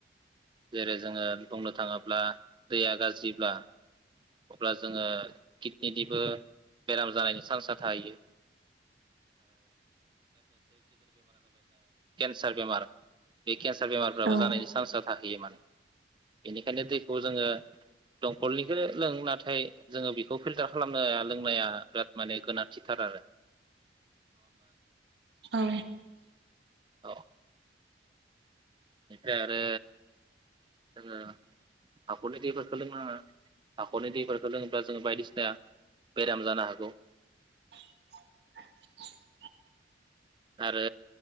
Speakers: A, on the right (about 25°); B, on the right (about 65°).
A: जेरै जोङो बुंनो थाङोब्ला दैया गाज्रिब्ला अब्ला जोङो किडनिनिबो बेराम जानायनि चान्सा <unintelligible> जाय केन्सार बेमार बे केन्सार बेमारफ्राबो
B: औ
A: जानायनि चान्ससा थाहैयो माने। बेनिखायनो दैखौ जोङो दंकलनिखो लों नाथाय जोङो बिखौ फिल्टार खालामनो लोंनाया बिराद माने गोनांथार। थिथार आरो।
B: औ।
A: औ बेनिफ्राय आरो जोङो हाखरनि दैफोरखो लोंनााङा हाखरनि दैफोरखो लोङोब्ला जोंङो बायदिसिना बेराम जानो हागौ।
B: <unintelligible>
A: आरो।